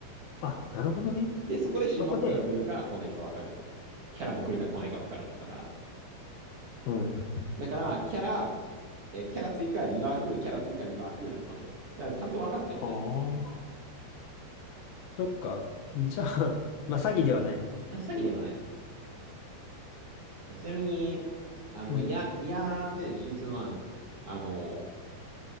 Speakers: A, on the left; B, on the right.
A: あ、なるほどね。
B: で、そこで新マップが来るか来ないか分かる。
A: でそこで、
B: キャラも来るか来ないか分かるだったから。
A: はい。あ
B: だから、キャラ、えーキャラ追加、リワーク、キャラ追加、リワークだったんだよ。だから、ちゃんと分かってはいた。
A: あ、そっか。じゃあ、<laughs> まあ、詐欺ではないのね。
B: 詐欺ではない。ちなみに、あの、
A: うん。
B: いや、いやーってシーズン1、あの、